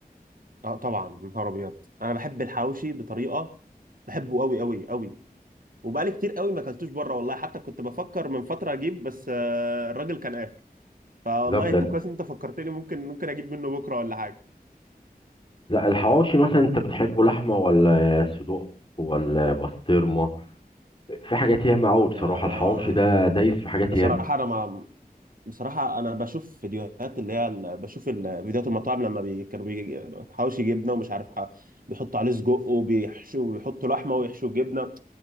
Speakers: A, on the right; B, on the left.
A: اه طبعا نهار ابيض انا بحب الحواوشي بطريقه بحبه قوي قوي قوي وبقالي كتير قوي ما اكلتوش بره والله حتى كنت بفكر من فتره اجيب بس آه، الراجل كان قافل فوالله
B: لا بجد
A: انت كويس إن انت فكرتني ممكن ممكن اجيب منه بكره ولا حاجه
B: لا الحواوشي مثلا انت بتحبه لحمة ولا صدوق ولا بسطرمة في حاجات ياما قوي بصراحة
A: آه
B: الحواوشي ده دايس في حاجات
A: بصراحه
B: ياما
A: انا ما بصراحة أنا بشوف فيديوهات اللي هي ال- بشوف ال- فيديوهات المطاعم لما بي- كانوا بيجي- حواوشي جبنة ومش عارف ح- بيحطوا عليه سجق وبيحشوا وبيحطوا لحمة ويحشوا جبنة